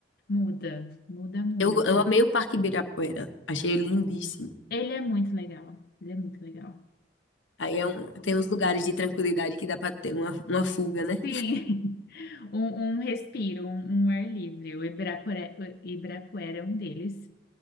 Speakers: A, on the left; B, on the left.
A: Muda, muda muito.
B: Eu, eu amei o Parque Ibirapuera, achei lindíssimo.
A: Ele é muito legal. Ele é muito legal.
B: Aí é um, tem uns lugares de tranquilidade que dá pra ter uma, uma fuga, né?
A: Sim, <laughs> um, um respiro, um, um ar livre. O Ibirapuera, o Ibirapuera é um deles.